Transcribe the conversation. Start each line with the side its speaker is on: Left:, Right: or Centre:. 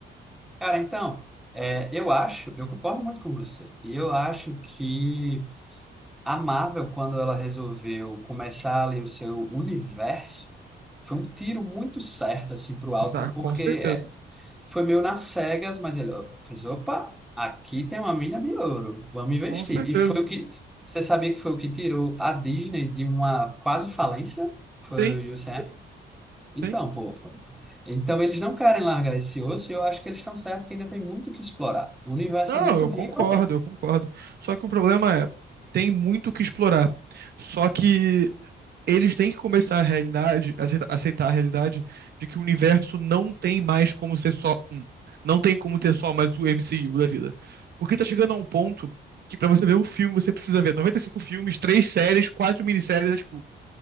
Centre: Cara, então, é, eu acho, eu concordo muito com você. E eu acho que A Marvel, quando ela resolveu começar ali o seu universo, foi um tiro muito certo assim para o alto,
Right: Ah,
Centre: porque
Right: com certeza,
Centre: é, foi meio nas cegas, mas ele ó, fez, opa, aqui tem uma mina de ouro, vamos investir.
Right: com certeza.
Centre: E foi o que você sabia que foi o que tirou a Disney de uma quase falência? Foi
Right: Sim,
Centre: o UCM? Então,
Right: sim.
Centre: pô, então eles não querem largar esse osso e eu acho que eles estão certos que ainda tem muito o que explorar. O universo
Right: Não,
Centre: é muito
Right: eu
Centre: rico.
Right: concordo, eu concordo. Só que o problema é, tem muito o que explorar. Só que eles têm que começar a realidade, aceita- aceitar a realidade de que o universo não tem mais como ser só um. Não tem como ter só mais o MCU da vida. Porque tá chegando a um ponto que pra você ver um filme, você precisa ver 95 filmes, três séries, quatro minisséries, né, tipo,